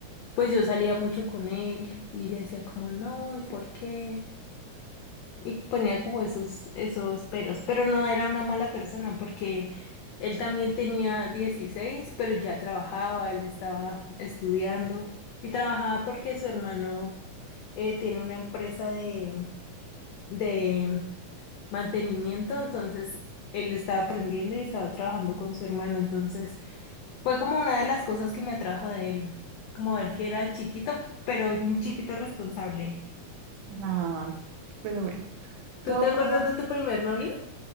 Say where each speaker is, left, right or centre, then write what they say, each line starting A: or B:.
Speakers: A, on the left; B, on the right.
A: pues yo salía mucho con él y ella decía como, no, ¿y por qué? Y ponía como esos, esos peros, pero no era una mala persona porque él también tenía 16 pero ya trabajaba, él estaba estudiando y trabajaba porque su hermano eh, tiene una empresa de, de mantenimiento, entonces él estaba aprendiendo y estaba trabajando con su hermano, entonces fue como una de las cosas que me atrajo de él, como ver que era chiquito, pero un chiquito responsable.
B: Ay, pero bueno,
A: ¿Tú
B: todo
A: te acuerdas
B: pasa,
A: de tu primer novio?